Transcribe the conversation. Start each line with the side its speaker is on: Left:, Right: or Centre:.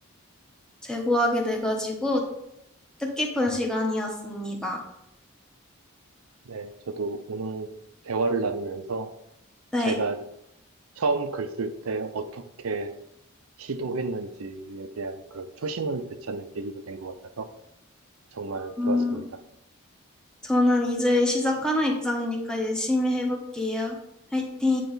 Centre: 제고하게 돼가지고 뜻깊은 시간이었습니다.
Right: 네. 저도 오늘 대화를 나누면서
Centre: 네.
Right: 제가 처음 글 쓸 때 어떻게 시도했는지에 대한 그런 초심을 되찾는 계기가 된 것 같아서 정말
Centre: 음,
Right: 좋았습니다.
Centre: 저는 이제 시작하는 입장이니까 열심히 해볼게요. 화이팅!